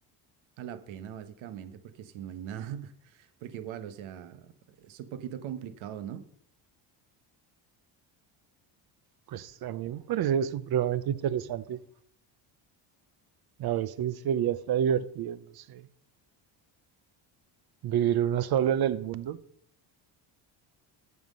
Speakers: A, on the right; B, on the right.
A: a la pena básicamente, porque si no hay nada, <laughs> porque igual, o sea, es un poquito complicado, ¿no?
B: Pues a mí me parece supremamente interesante. A veces sería hasta divertido, no sé, vivir uno solo en el mundo.